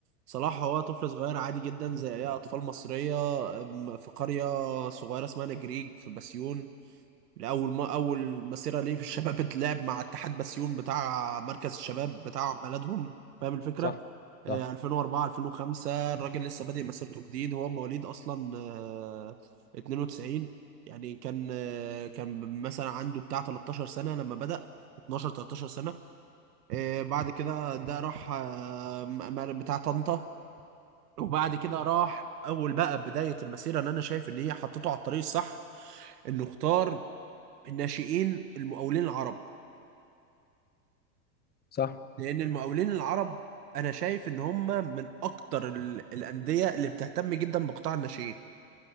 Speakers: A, on the right; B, on the left.
A: صلاح هو طفل صغير عادي جدا زي أي أطفال مصرية أم، في قرية صغيرة اسمها نجريج في بسيون اول ما اول مسيره ليه في الشباب <laughs> اتلعب مع اتحاد بسيون بتاع مركز الشباب بتاع بلدهم فاهم الفكره
B: صح
A: آه
B: صح
A: 2004 2005 الراجل لسه بادئ مسيرته جديد هو مواليد اصلا آه 92 يعني كان آه كان مثلا عنده بتاع 13 سنه لما بدأ 12 13 سنه آه بعد كده ده راح آه م- م- بتاع طنطا وبعد كده راح اول بقى بدايه المسيره اللي انا شايف ان هي حطته على الطريق الصح انه اختار الناشئين المقاولين العرب
B: صح
A: لان المقاولين العرب انا شايف ان هم من اكتر ال- الانديه اللي بتهتم جدا بقطاع الناشئين